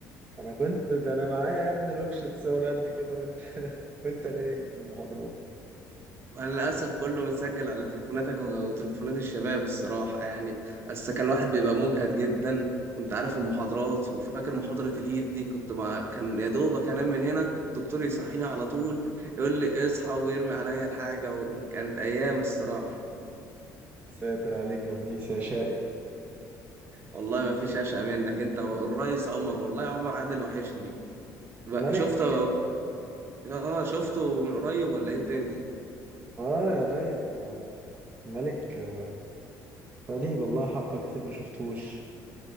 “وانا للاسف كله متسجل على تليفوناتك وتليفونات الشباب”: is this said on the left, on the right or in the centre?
Right